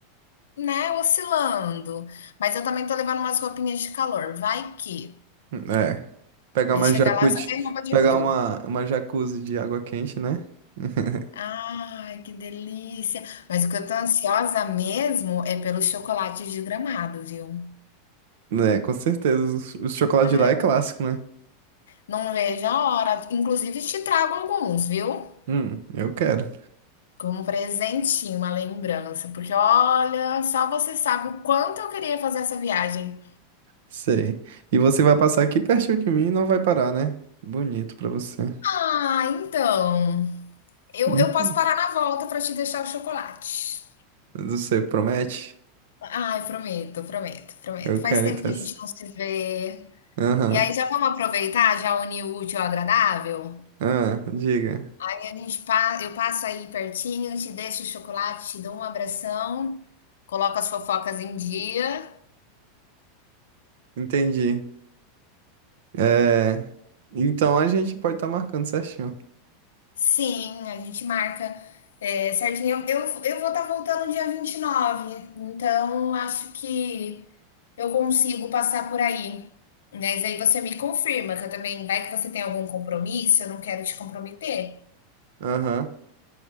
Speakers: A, on the left; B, on the right.
A: né, oscilando. Mas eu também tô levando umas roupinhas de calor. Vai que.
B: É. Pegar
A: Aí
B: uma
A: chega
B: jacuzzi,
A: lá, só tem roupa de
B: pegar
A: frio.
B: uma, uma jacuzzi de água quente, né? <laughs>
A: Ai, que delícia! Mas o que eu tô ansiosa mesmo é pelos chocolates de Gramado, viu?
B: É, com certeza. O, o chocolate
A: Ai,
B: de lá é clássico, né?
A: não vejo a hora. Inclusive, te trago alguns, viu?
B: Hum, eu quero.
A: Como um presentinho, uma lembrança. Porque olha, só você sabe o quanto eu queria fazer essa viagem.
B: Sei. E você vai passar aqui pertinho de mim e não vai parar, né? Bonito pra você.
A: Ah, então. Eu,
B: Hum,
A: eu posso parar na volta pra te deixar o chocolate.
B: Você promete?
A: Ai, prometo, prometo, prometo.
B: Eu
A: Faz
B: quero,
A: tempo
B: então.
A: que
B: assim.
A: a gente não se vê.
B: Aham.
A: E aí já vamos aproveitar, já unir o útil ao agradável?
B: Ah, diga.
A: A gente pa eu passo aí pertinho, te deixo o chocolate, te dou um abração, coloco as fofocas em dia.
B: Entendi. É. Então a gente pode estar marcando certinho.
A: Sim, a gente marca. É, certinho, eu, eu, eu vou estar voltando dia 29. então acho que eu consigo passar por aí. Mas aí você me confirma que eu também, vai que você tem algum compromisso, eu não quero te comprometer.
B: Aham.